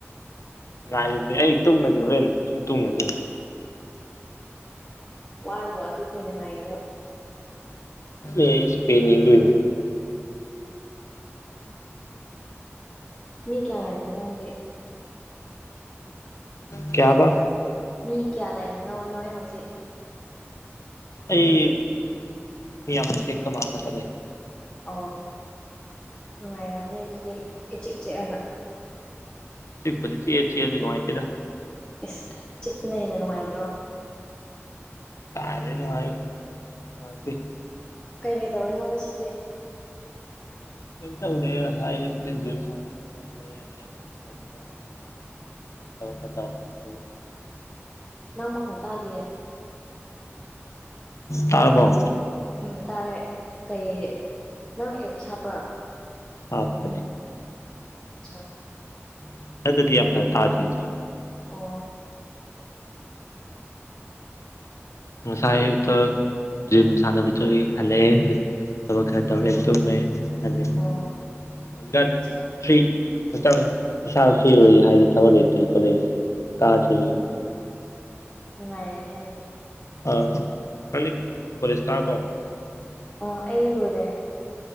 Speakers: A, on the left; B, on the left.
A: ꯉꯥꯏꯔꯤꯕꯅꯤ ꯑꯩ ꯇꯨꯝꯒꯔꯗꯤ ꯍꯣꯔꯦꯟ ꯑꯗꯨꯝ ꯇꯨꯝꯒꯔꯅꯤ
B: ꯋꯥꯗꯔꯣ ꯑꯗꯨꯛ ꯀꯨꯏꯅ ꯉꯥꯏꯔꯤꯗꯣ
A: ꯑꯦ ꯁꯄꯦꯟ ꯌꯦꯡꯗꯣꯏꯅꯤ
B: ꯃꯤ ꯀꯌꯥ ꯂꯩꯕꯅꯣ ꯅꯪ ꯍꯧꯖꯤꯛ
A: ꯀꯌꯥꯕ
B: ꯃꯤ ꯀꯌꯥ ꯂꯩꯕꯅꯣ ꯅꯣꯏ ꯍꯧꯖꯤꯛ
A: ꯑꯩ ꯃꯤꯌꯥꯝ ꯂꯩꯇꯦ ꯑꯈꯣꯏꯃꯥꯒ ꯈꯛꯇ ꯂꯩ
B: ꯑꯣ ꯅꯨꯡꯉꯥꯏꯔꯝꯅꯦ ꯑꯗꯨꯗꯤ ꯏꯆꯤꯛ ꯆꯤꯛꯑꯒ
A: ꯆꯤꯛꯄꯨꯗꯤ ꯆꯤꯛꯑꯦ ꯆꯤꯛꯑꯖꯨ ꯅꯨꯡꯉꯥꯏꯇꯦꯗ
B: ꯏꯁ ꯆꯤꯛꯄꯅ ꯍꯦꯟꯅ ꯅꯨꯡꯉꯥꯏꯗ꯭ꯔꯣ
A: ꯀꯥꯏꯗꯩ ꯅꯨꯡꯉꯥꯏꯕꯅꯣ ꯅꯨꯡꯉꯥꯏꯇꯦ
B: ꯀꯩ ꯇꯧꯏꯅꯣ ꯉꯁꯤꯗꯤ
A: <unintelligible> <unintelligible>
B: ꯅꯪ ꯃꯈꯣꯟ ꯇꯥꯗꯤꯌꯦ
A: ꯇꯔꯕꯣ
B: ꯎꯝ ꯇꯥꯔꯦ ꯀꯩ ꯅꯪ ꯑꯦꯞꯄꯤꯁ ꯍꯥꯞꯄ꯭ꯔꯥ
A: ꯍꯥꯞꯄꯅꯦ
B: ꯑꯠꯁꯥ
A: <unintelligible>
B: ꯑꯣ
A: ꯉꯁꯥꯏ ꯑꯌꯨꯛꯇ ꯖꯤꯝ ꯁꯥꯟꯅꯕ ꯆꯠꯂꯨꯏ ꯍꯂꯛꯑꯦ ꯑꯗꯨ ꯊꯕꯛ ꯈꯔ ꯇꯧꯔꯦ
B: ꯑꯣ
A: ꯇꯨꯝꯃꯦ ꯑꯗꯒꯤ
B: ꯑꯣ
A: ꯍꯪꯒꯥꯥꯡ
B: ꯑꯠꯁꯥ
A: ꯐ꯭ꯔꯤ ꯇꯧ ꯏꯁꯥꯖꯨ ꯐꯔꯤ ꯑꯣꯏꯌꯦ ꯍꯥꯏꯗꯤ ꯊꯕꯛ ꯂꯩꯇꯦ ꯀꯣꯂꯦꯖ ꯀꯥꯗꯔꯤꯕꯩ
B: ꯅꯨꯡꯉꯥꯏꯌꯦꯅꯦ ꯑꯗꯨꯗꯤ
A: <unintelligible>
B: ꯑꯣ ꯑꯩ ꯂꯣꯏꯔꯦ